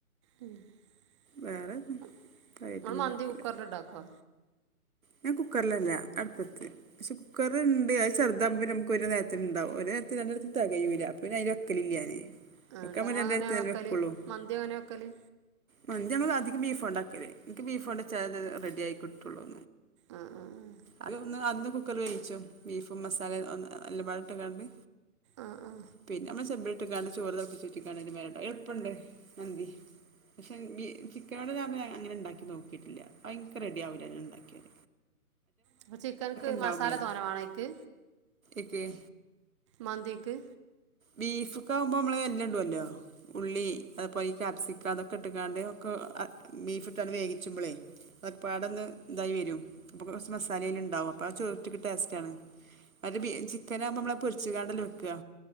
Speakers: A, on the right; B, on the right.
A: ഉം നിങ്ങൾ
B: വേറെ കാര്യമായിട്ടൊന്നും
A: മന്തി
B: ഉണ്ടാക്കില്ല
A: കുക്കറിൽ ഉണ്ടാക്കോ
B: ഞാൻ കുക്കറിലല്ല അടുപ്പത്ത് പക്ഷെ കുക്കർണ്ട് ചെറുതാകുമ്പോ നമുക്ക് ഒരു നേരത്തിനുഉണ്ടാകോ ഒരു നേര രണ്ട് നേരത്ത്ന് തികയൂല അപ്പൊ അയില് വക്കലില്ല ഞാൻ
A: ആഹ്
B: വെക്കാൻ
A: ന്നട്ട്
B: വേണ്ടി
A: ഇങ്ങൾ
B: രണ്ടു
A: എങ്ങനെ
B: നേരത്തിനല്ലേ
A: വെക്കല്
B: വെക്കുള്ളൂ
A: മന്തി അങ്ങനെ വെക്കല്
B: മന്തി ഞങ്ങളധികം ബീഫ്ണ്ടാക്കല്ല് എനിക്ക് ബീഫ്ണ്ട ചൽത് റെഡി ആയികിട്ടുള്ളു
A: ഉം ഉം ഉം
B: അത് ഒന്ന് അന്ന് കുക്കർ വേവിച്ചോ ബീഫും മസാല എല്ലമ്പാടാ ഇട്ട്ക്കാണ്ട്
A: ആഹ് ആഹ്
B: പിന്നെ നമ്മള് ചെമ്പിലിട്ട്കാണ്ട് ചോറ് തിളപ്പിച്ച്‌ഊറ്റി കാണ്ട് അയിന്റെ മേലെ ഇട്ട് കാണ്ട് അത് എളുപ്പണ്ട് മന്തി പക്ഷേ ചിക്കനോട്ഞം അങ്ങനെ ഉണ്ടാക്കി നോക്കിയിട്ടില്ല അത് ഇൻക് റെഡി ആവൂല ഞാൻ ഉണ്ടാക്കിയാൽ
A: അപ്പ ചിക്കൻക്ക്
B: ഇണ്ടാവുമ്പളേ
A: മസാല തോന വേണം ആയിക്ക്
B: ഇക്ക്
A: മന്തിക്ക്
B: ബീഫ് ഒക്ക ആവുമ്പോ നമ്മള് എല്ലാം ഇടോലോ ഉള്ളി അത്പോലെ ഈ കാക്യാപ്സിക്ക അതൊക്കെ ഇട്ടക്കാണ്ട് ഒക്ക ബീഫ് ഇട്ടാണ് വേഗിച്ചുമ്പോലെ അതൊപ്പാടൊന്ന് ഇതായി വരും അപ്പൊ കുറച്ച മസാലെല്ലും ഉണ്ടാവും അപ്പൊത് ചോറ്റിക്ക് ടേസ്റ്റ് ആണ് ആഹ് ചിക്കന് ആകുമോ നമ്മളെ പൊരിച്ച് കാണ്ടല്ലേ വെക്കുവ